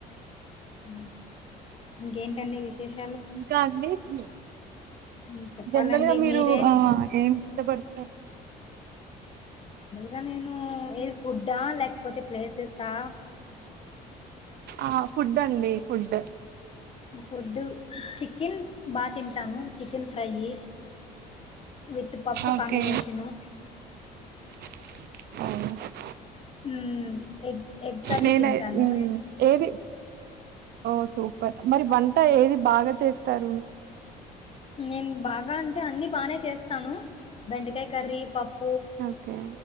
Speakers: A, on the left (about 35°); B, on the right (about 70°).
A: అ ఇంకేంటండీ విశేషం
B: ఇంకా అండీ హు
A: ఉమ్ చెప్పాలండి
B: జన్‌రల్ గా మీరు
A: మీరే
B: ఆ ఏమి ఇష్టపడతారు
A: ఇకా నేను ఏ ఫుడ్డా లేకపోతే ప్లేసెసా
B: ఆ ఫుడ్ అండి ఫుడ్
A: ఫూడ్డు చికెన్ బా తింటాను చికెన్ ఫ్రైయి విత్ పప్పు
B: ఓకే
A: కాంబినేషను
B: హ
A: మ్మ్ ఎగ్ ఎగ్ కర్రీ
B: నేను
A: తింటాను
B: అయి ఉమ్ ఏది ఓ సూపర్ మరి వంట ఏది బాగా చేస్తారు
A: నేను బాగా అంటే అన్ని బాగానే చేస్తాను బెండకాయి కర్రీ పప్పు
B: ఓకే